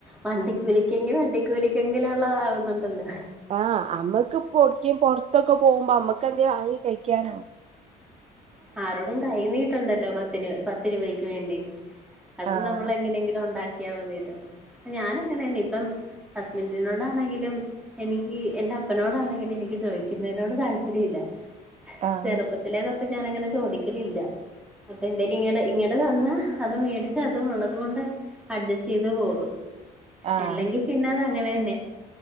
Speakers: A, in the centre; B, on the right (about 40°).
A: വണ്ടികൂലിക്കെങ്കി വണ്ടികൂലിക്കെങ്കിലും ഉള്ളതാകുന്നുണ്ടല്ലോ.
B: ആഹ് അമ്മക്ക് പൊട്കെ പൊറത്തൊക്കെ പോകുമ്പോ അമ്മക്ക് എന്തേ വാങ്ങി കഴിക്കാന
A: ആരോടും കൈ നീട്ടണ്ടല്ലോ പത്തി പത്ത് രൂപയ്ക്ക് വേണ്ടി അത്
B: ആഹ്
A: നമ്മൾ എങ്ങനെങ്കിലും ഉണ്ടാക്കിയാൽമതീല്ലോ ഞാന അങ്ങനെയ ഇപ്പം ഹസ്ബൻഡിനോടാണെങ്കിലും എനിക്ക് എൻറെ അപ്പനോടാണെങ്കിൽ എനിക്ക് ചോദിക്കുന്നതിനോട് താല്പര്യം ഇല്ല
B: ആഹ്
A: ചെറുപ്പത്തിലേതൊട്ട് ഞാന അങ്ങനെ ചോദിക്കലില്ല അപ്പൊ എന്തെലും ഇങ്ങടെ ഇങ്ങടെ തന്നാ അത് മേടിച്ച അത് ഉള്ളത് കൊണ്ട് അഡ്ജസ്റ്റ് ചെയ്ത് പോകും
B: ആഹ്
A: അല്ലെങ്കിൽ പിന്നെ അത് അങ്ങനെ തന്നെ